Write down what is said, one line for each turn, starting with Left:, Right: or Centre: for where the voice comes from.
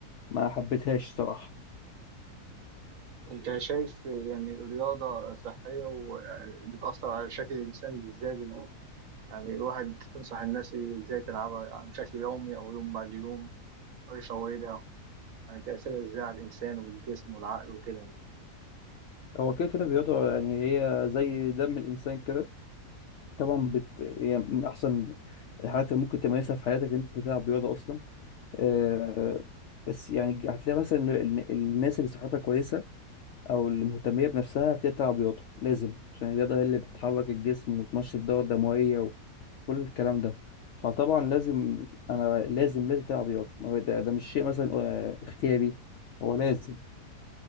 Left: ما حبيتهاش صراحه
Right: وأنت شايف يعني الرياضة صحية وبتأثر على شكل الإنسان إزاي؟ بال- يعني الواحد تنصح الناس إزاي تلعبها يعني بشكل يومي أو يوم بعد يوم أو يفوتها يعني تأثيرها إزاي على الإنسان والجسم والعقل وكده؟
Left: هو كده كده رياضه يعني هي زي دم الانسان كده طبعا بت... يعني من احسن الحاجات اللي ممكن تمارسها في حياتك إن انت تلعب رياضه اصلا آه، بس يعني هتلاقي مثلا ال- ال- الناس اللي صحتها كويسة أو اللي مهتمية بنفسها هتلاقي بتلعب رياضة لازم عشان الرياضة هي اللي بتحرك الجسم وتنشط الدورة الدموية وكل الكلام ده فطبعا لازم أنا لازم لازم تلعب رياضة ما هو ده, ده مش شيء مثلا آه، اختياري هو لازم